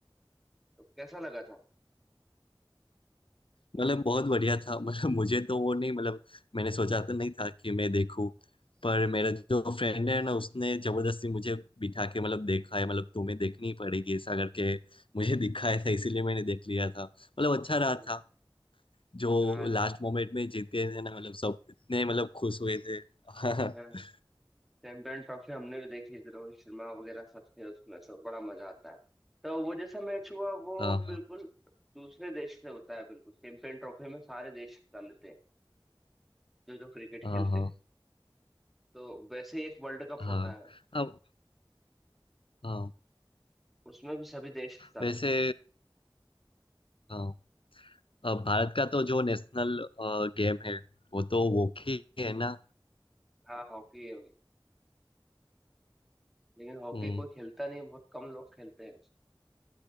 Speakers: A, in the centre; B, on the left.
A: तो कैसा लगा था
B: मतलब बहुत बढ़िया था मतलब मुझे तो वो नहीं मतलब मैंने सोचा तो नहीं था कि मैं देखूं पर मेरा जो फ्रेंड है ना उसने जबरदस्ती मुझे बिठा के मतलब देखा है मतलब तुम्हें देखनी पड़ेगी ऐसा करके मुझे दिखाया था इसीलिए मैंने देख लिया था मतलब अच्छा
A: अच्छा
B: रहा
A: अच्छा
B: था जो
A: हाँ
B: लास्ट मोमेंट में जीत गए थे ना मतलब सब इतने मतलब खुश हुए थे <laughs>
A: हाँ चैंपियन ट्रॉफी हमने भी देखी थी रोहित शर्मा वगैरह सब थे उसमें तो बड़ा मजा आता है तो वो जैसा मैच हुआ वो
B: हाँ हाँ
A: बिल्कुल दूसरे देश से होता है बिल्कुल चैंपियन ट्रॉफी में सारे देश हिस्सा लेते हैं जो जो क्रिकेट
B: हाँ
A: खेलते हैं तो वैसे ही एक वर्ल्ड कप
B: हाँ
A: होता है
B: अब हाँ
A: उसमें भी सभी देश हिस्सा
B: वैसे
A: लेते हैं
B: हाँ अब भारत का तो जो नेशनल गेम है वो तो हॉकी है ना
A: हाँ हॉकी है भाई लेकिन हॉकी
B: हम्म,
A: कोई खेलता नहीं है बहुत कम लोग खेलते हैं